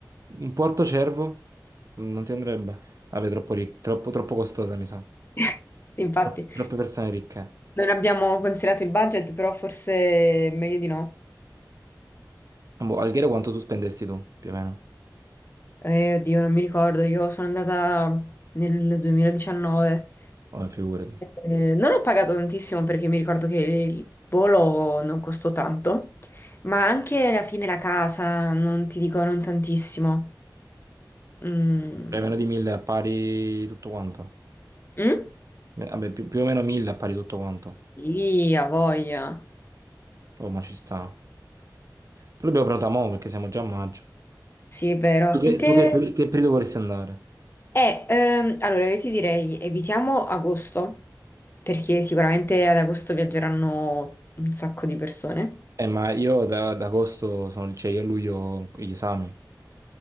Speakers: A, on the right; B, on the left.
A: un Porto Cervo non ti andrebbe. Vabbè, troppo, ric- troppo, troppo costosa, mi sa.
B: <laughs> Sì, infatti,
A: Tro- Troppe persone ricche.
B: non abbiamo considerato il budget, però forse è meglio di no.
A: Boh, Alghero quanto tu spendesti tu, più o meno?
B: Eh, oddio, non mi ricordo, io sono andata nel 2019.
A: Vabbè, figurati.
B: Eh, non ho pagato tantissimo perché mi ricordo che il volo non costò tanto, ma anche alla fine la casa, non ti dico, non tantissimo. Mm.
A: Cioè, meno di 1000 a pari tutto quanto.
B: Mm?
A: Me- Vabbè, più, più o meno 1000 a pari tutto quanto.
B: Sì, ha voglia.
A: Oh, ma ci sta. Però dobbiamo prenotare mo' perché siamo già a maggio.
B: Sì, è vero.
A: Tu che,
B: In che...
A: tu che- che periodo vorresti andare?
B: Eh, ehm, allora io ti direi evitiamo agosto, perché sicuramente ad agosto viaggeranno un sacco di persone.
A: Eh, ma io da, ad agosto sono, cioè io a luglio ho gli esami.